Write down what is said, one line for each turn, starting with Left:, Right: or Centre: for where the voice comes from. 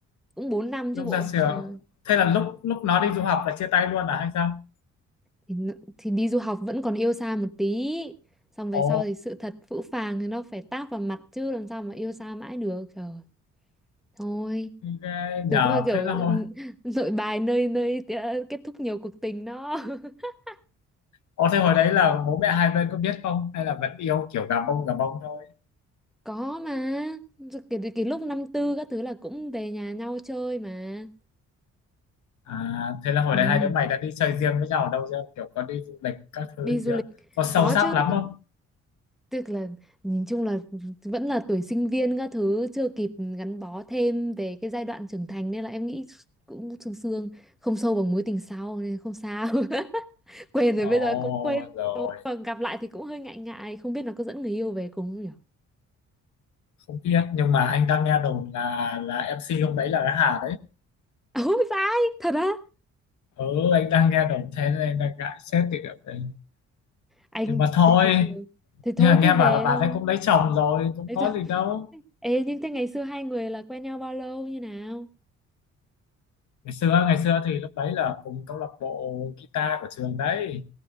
Centre: cũng bốn năm
Left: lúc
Centre: chứ bộ
Left: ra trường
Centre: trời
Left: thế là lúc lúc nó đi du học là chia tay luôn à hay sao
Centre: thì n- thì đi du học vẫn còn yêu xa một tí xong về
Left: ồ
Centre: sau thì sự thật phũ phàng thì nó phải táp vào mặt chứ làm sao mà yêu xa mãi được trời thôi
Left: ghê nhờ
Centre: đúng là kiểu
Left: thế là hồi
Centre: n- <laughs> nội bài nơi nơi tía- kết thúc nhiều cuộc tình đó <laughs>
Left: ồ thế hồi đấy là bố mẹ hai bên có biết không hay là vẫn yêu kiểu gà bông gà bông thôi
Centre: có mà Rồi kể từ cái lúc năm tư các thứ là cũng về nhà nhau chơi mà
Left: à thế là hồi
Centre: ừ.
Left: đấy hai đứa mày đã đi chơi riêng với nhau ở đâu chưa kiểu có đi du lịch các thứ
Centre: đi
Left: gì
Centre: du
Left: chưa
Centre: lịch
Left: có sâu
Centre: có
Left: sắc
Centre: chứ
Left: lắm không
Centre: Tức là nhìn chung là vẫn là tuổi sinh viên các thứ chưa kịp gắn bó thêm về cái giai đoạn trưởng thành nên là em nghĩ cũng sương sương không sâu bằng mối tình sau nên không sao <laughs> quên
Left: ồ
Centre: rồi bây giờ cũng quên
Left: rồi
Centre: rồi còn gặp lại thì cũng hơi ngại ngại không biết là có dẫn người yêu về cùng không nhỉ
Left: không biết nhưng mà anh đang nghe đồn là là MC hôm đấy là cái Hà đấy
Centre: <laughs> Ôi sai thật á
Left: ừ anh đang nghe đồng thế nên anh đang ngại xét thì được đấy
Centre: anh
Left: nhưng mà thôi
Centre: thế thì thôi thì thôi
Left: nhưng mà nghe
Centre: cứ
Left: bảo
Centre: về
Left: là bạn
Centre: thôi
Left: ấy cũng lấy chồng rồi cũng
Centre: đấy
Left: có
Centre: thôi
Left: gì đâu
Centre: ê nhưng thế ngày xưa hai người là quen nhau bao lâu như nào
Left: ngày xưa ngày xưa thì lúc đấy là cùng câu lạc bộ guitar của trường đấy